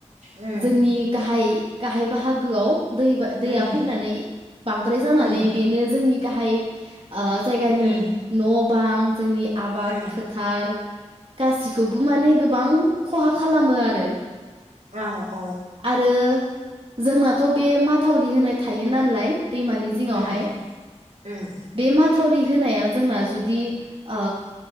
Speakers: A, on the right; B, on the right.
A: उम
B: जोंनि गाहाय गाहाय बाहागोयाव दै दैया
A: उम
B: फैनानै बांद्राय जानानै
A: उम
B: बेनो जोंनि गाहाय ओ जायगानि
A: उम
B: न' बां जोंनि आबाद
A: उम
B: फोथार गासिखौबो माने गोबां खहा खालामो आरो
A: औ औ
B: आरो जोंनाथ' बे माथावरि होनाय थायो नालाय दैमानि जिङावहाय
A: उम उम
B: बे माथावरि होनाया जोंना जुदि ओ